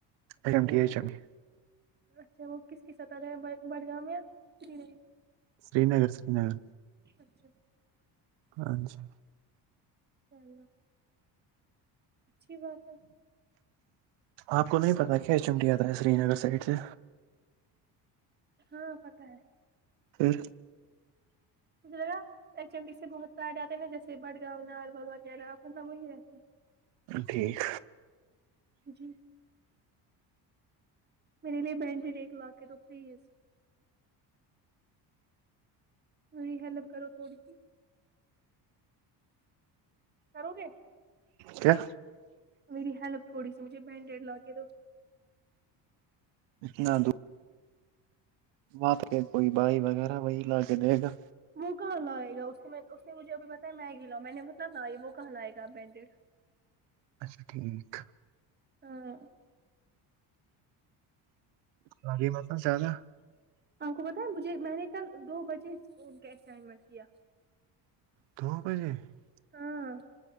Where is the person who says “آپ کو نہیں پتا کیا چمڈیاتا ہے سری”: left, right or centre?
Right